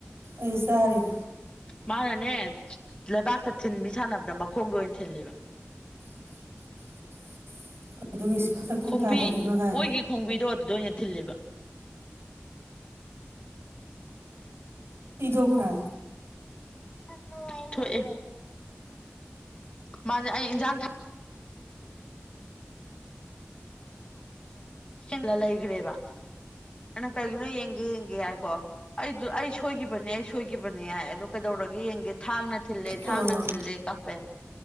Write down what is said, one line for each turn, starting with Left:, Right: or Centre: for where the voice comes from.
Right: ꯑꯩ ꯆꯥꯔꯤꯦ
Left: ꯃꯥꯅꯅꯦ ꯂꯩꯕꯥꯛꯇ ꯊꯤꯟ ꯃꯤ ꯁꯥꯟꯅꯕꯗ ꯃꯈꯣꯡꯒꯤ ꯑꯣꯏꯅ ꯊꯤꯜꯂꯤꯕ
Right: <unintelligible> ꯑꯗꯨꯒꯤ ꯃꯊꯛꯇꯩ
Left: ꯈꯣꯡꯕꯤ
Right: ꯇꯥꯔꯛꯏꯕ
Left: ꯑꯣꯏꯈꯤ
Right: ꯒꯥꯏ
Left: ꯈꯣꯡꯕꯤꯗꯣ ꯑꯗꯨꯗ ꯑꯣꯏꯅ ꯊꯤꯜꯂꯤꯕ
Right: ꯆꯤꯖꯣꯄ꯭ꯔ
Left: ꯥꯏ ꯋꯥꯦ ꯃꯥꯖ ꯑꯩ ꯏꯖꯥꯟ ꯈ ꯜꯂ ꯂꯩꯈ꯭ꯔꯦꯕ ꯑꯩꯅ ꯀꯩꯒꯤꯅꯣ ꯌꯦꯡꯒꯦ ꯌꯦꯡꯒꯦ ꯍꯥꯏꯀꯣ ꯑꯩꯗ ꯑꯩ ꯁꯣꯏꯈꯤꯕꯅꯤ ꯑꯩ ꯁꯣꯏꯈꯤꯕꯅꯤ ꯌꯥꯏ ꯑꯗꯨ ꯀꯩꯗꯧꯔꯒꯦ ꯌꯦꯡꯒꯦ ꯊꯥꯡꯅ ꯊꯤꯜꯂꯦ
Right: ꯑꯣ
Left: ꯊꯥꯡꯅ ꯊꯤꯜꯂꯦ ꯀꯞꯄꯦ